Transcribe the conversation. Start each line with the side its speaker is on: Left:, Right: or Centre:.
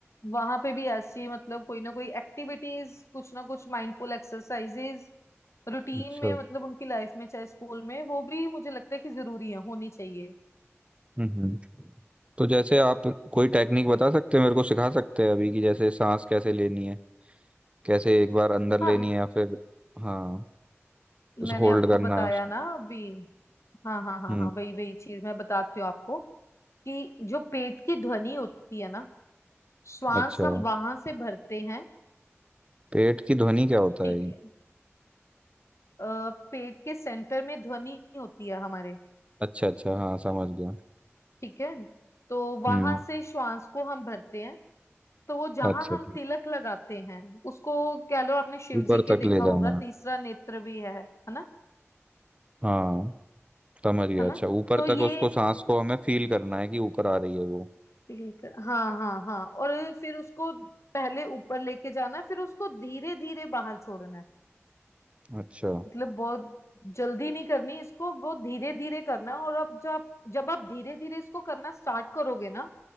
Left: वहां पे भी ऐसी मतलब कोई ना कोई एक्टिविटीज कुछ ना कुछ माइंडफुल एक्सरसाइजेज रूटीन
Right: अच्छा
Left: में मतलब उनकी लाइफ में चाहे स्कूल में वो भी मुझे लगता है कि जरूरी है होनी चाहिए
Right: हम्म हम्म तो जैसे आप कोई टेक्निक बता सकते हैं मेरे को सिखा सकते हैं अभी कि जैसे सांस कैसे लेनी है कैसे एक बार अंदर लेनी
Left: हाँ
Right: है या फिर हाँ
Left: मैंने
Right: होल्ड
Left: आपको
Right: करना
Left: बताया
Right: है उसको
Left: ना अभी हाँ हाँ हाँ
Right: हम्म
Left: हाँ वही वही चीज मैं बताती हूँ आपको कि जो पेट की ध्वनि होती है ना श्वास
Right: अच्छा
Left: हम वहां से भरते हैं
Right: पेट की ध्वनि क्या होता
Left: ठीक
Right: है ये
Left: है अ, पेट के सेंटर में ध्वनि होती है हमारे
Right: अच्छा अच्छा हाँ समझ गया
Left: ठीक है तो वहां
Right: हम्म
Left: से श्वास को हम भरते हैं तो वो जहां
Right: अच्छा
Left: हम
Right: ठीक
Left: तिलक लगाते हैं उसको कह लो आपने शिव
Right: ऊपर
Left: जी के
Right: तक
Left: देखा
Right: ले जाना
Left: होगा तीसरा नेत्र भी है है ना
Right: हाँ समझ गया
Left: है ना
Right: अच्छा ऊपर
Left: तो ये
Right: तक उसको सांस को हमें फील करना है कि ऊपर आ रही है वो
Left: पिंक हाँ हाँ हाँ और फिर उसको पहले ऊपर लेके जाना है फिर उसको धीरे धीरे बाहर छोड़ना है
Right: अच्छा
Left: मतलब बहुत जल्दी नहीं करनी इसको बहुत धीरे धीरे करना है और अब जब जब आप धीरे धीरे इसको करना स्टार्ट करोगे ना